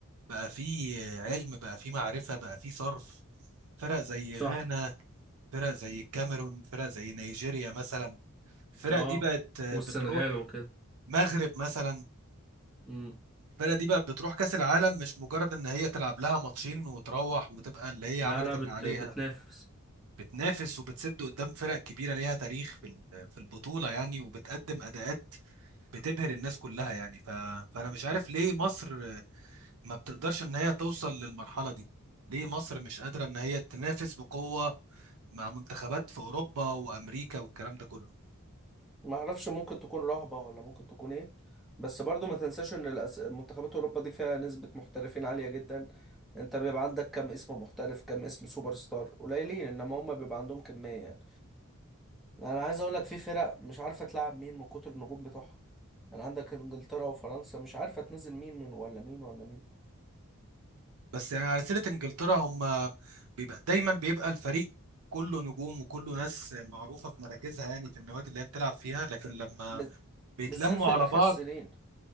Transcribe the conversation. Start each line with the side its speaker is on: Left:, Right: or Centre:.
Right: بقى في علم بقى في معرفه بقى في صرف فرق زي
Centre: صح
Right: غانا فرق زي الكاميرون فرق زي نيجيريا مثلا الفرق
Centre: اه
Right: دي بقت بتروح
Centre: والسنغال وكده
Right: مغرب مثلا
Centre: امم
Right: الفرقه دي بقى بتروح كاس العالم مش مجرد ان هي تلعب لها ماتشين وتروح وتبقى اللي هي
Centre: لا
Right: عملت
Centre: لا
Right: اللي
Centre: بت...
Right: عليها
Centre: بتنافس
Right: بتنافس وبتسد قدام فرق كبيره ليها تاريخ في ال- في البطوله يعني وبتقدم اداءات بتبهر الناس كلها يعني ف... فانا مش عارف ليه مصر ما بتقدرش ان هي توصل للمرحله دي ليه مصر مش قادره ان هي تنافس بقوه مع منتخبات في اوروبا وامريكا والكلام ده كله
Centre: ما اعرفش ممكن تكون رهبة ولا ممكن تكون ايه بس برضو ما تنساش ان الأس- منتخبات اوروبا دي فيها نسبة محترفين عالية جدا انت بيبقى عندك كم اسم محترف كم اسم سوبر ستار قليلين انما هم بيبقى عندهم كمية يعني انا عايز اقول لك في فرق مش عارفة تلعب مين من كتر النجوم بتوعها يعني عندك انجلترا وفرنسا مش عارفة تنزل مين من ولا مين ولا مين
Right: بس يعني على سيرة انجلترا هم بيبقى دايما بيبقى الفريق كله نجوم وكله ناس معروفة في مراكزها يعني في النوادي اللي هي بتلعب فيها لكن لما
Centre: ب-
Right: بيتلموا
Centre: بالذات في
Right: على
Centre: الاخر
Right: بعض
Centre: سنين